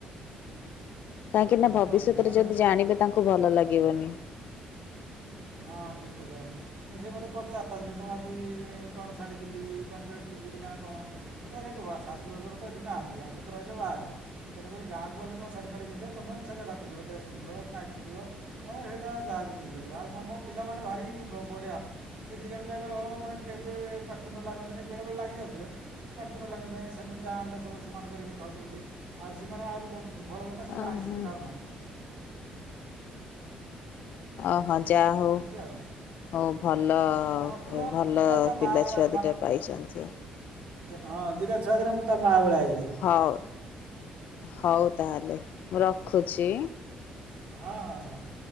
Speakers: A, on the left; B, on the right.
A: କାହିଁକି
B: ହୁଁ,
A: ନା ଭବିଷ୍ୟତରେ
B: କୁହନ୍ତୁ
A: ଯଦି
B: ମୁଁ
A: ଜାଣିବେ ତାଙ୍କୁ ଭଲ ଲାଗିବନି।
B: ହଁ ଠିକ୍ କଥା। ସେ ମୋତେ ପଚାରନ୍ତି ମୁଁ ଆଜି କଣ ଶାଢ଼ୀ ପିନ୍ଧିବି କଣ ଡ୍ରେସ୍ ପିନ୍ଧିବି ନା କଣ? କିଏ ଦେଖିବା ଶାଶୁୁ ଶଶୁର ତ ଏଠି ନାହାନ୍ତି ଆମେ ତ ରହିଲୁ ବାହାରେ ତେଣୁକରି ଗାଁକୁ ଗଲେ ତମେ ଶଢୀପାଢି ପିନ୍ଧିବ ତମ ଇଚ୍ଛା ଜଉଟା ପିନ୍ଧ ଡ୍ରେସ୍ ପିନ୍ଧିବ ନାଇଟ ପିନ୍ଧିବ ହମ ସେଇଟା ଯାହାବି ପିନ୍ଧିପରିବ। ଆଉ କଣ ମୋ ପିଲାମାନେ ଭାରି ବଢିଆ। ସେ ଦି ଜଣ ଯାକ ମାନେ କେବେ ପାଟି ତୁଣ୍ଡ ଲାଗନ୍ତିନି ବେଳେ ବେଳେ ଲାଗି ଯାଉଥିଲେ। ପାଟିତୁଣ୍ଡ ଲାଗନ୍ତିନାହିଁ ସେମାନେ ଯାହା ଆଣିଲେ ସବୁ ସମାନ କରିକି ଖାଉଛନ୍ତି। ଆଉ ସେମାନେ ଆହୁରି ଭ ଭଲ କଥା ସେମାନେ
A: ଓହୋ
B: ଆଇଁଷ ବି ଖାଉନାହାନ୍ତି।
A: ଅହୋ ଯା ହଉ।
B: ଏମିତି ଆଉ
A: ହଉ ଭଲ
B: ହଁ ପୁରା
A: ଭଲ
B: ପୁରା
A: ପିଲାଛୁଆ
B: ମା ଭଳିଆ
A: ଦୁଇଟା ପାଇଛନ୍ତି।
B: ହଁ ଦିଟା ଛୁଆ ଦିଟା ତା ମା ଭଳିଆ ହେଇଛନ୍ତି ସବୁ।
A: ହଉ ହଉ ତାହେଲେ ମୁଁ ରଖୁଛି?
B: ହଁ ହଁ ହଁ।